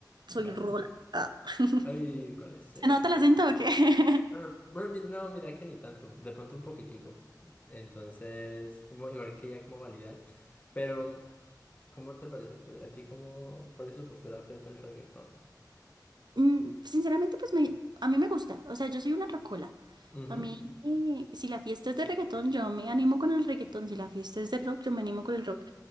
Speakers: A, on the right; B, on the left.
A: Soy
B: Vale.
A: Mm. Rola. Ah. <laughs>
B: Ay, ¿cuál es
A: ¿Se
B: esa?
A: nota el acento o qué? <laughs>
B: Ah, bueno, mi- no, mira que ni tanto, de pronto un poquitico. Entonces, como, igual que ya como validar. Pero, ¿cómo te parece? ¿A ti cómo, cuál es tu postura frente al reggaetón?
A: Mm, Sinceramente, pues me, a mí me gusta. O sea, yo soy una rocola.
B: Ujú,
A: A mí, eh, si la fiesta es de reggaetón, yo me animo con el reggaetón. Si la fiesta es de rock, yo me animo con el rock.